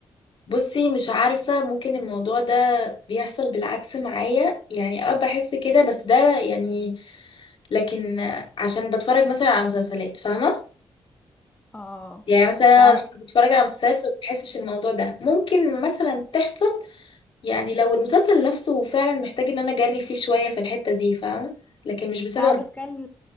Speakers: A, on the left (about 60°); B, on the left (about 15°).
A: بصي مش عارفة ممكن الموضوع ده بيحصل بالعكس معايا يعني اه بحس كده بس ده يعني لكن عشان بتفرج مثلا على مسلسلات فاهمة
B: اه
A: يعني مثلا
B: لا انا
A: بتفرج على مسلسلات فبحسش الموضوع ده ممكن مثلا تحصل يعني لو المسلسل نفسه فعلا محتاج ان انا اجري فيه شوية في الحتة دي فاهمة لكن مش بسبب
B: لا انا بتكلم